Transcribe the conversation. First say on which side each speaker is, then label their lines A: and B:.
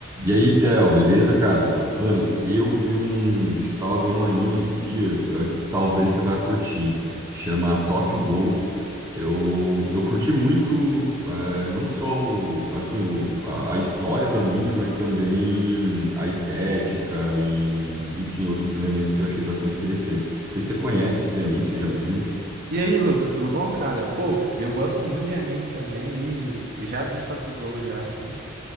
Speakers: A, on the right; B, on the right.
A: E aí, Theo, beleza, cara? Mano, eu vi um. Tava vendo um anime esses dias, eu- talvez você vá curtir. Chama Tokyo Ghoul. Eu, eu curti muito, eh, não só o- assim, o- a, a história do anime, mas também a estética e, enfim, outros elementos que eu achei bastante interessantes. Não sei se você conhece esse anime, você já viu?
B: E aí, Lucas, tudo bom, cara? Pô, eu gosto muito de anime também e já vi Tokyo Ghoul já, assim.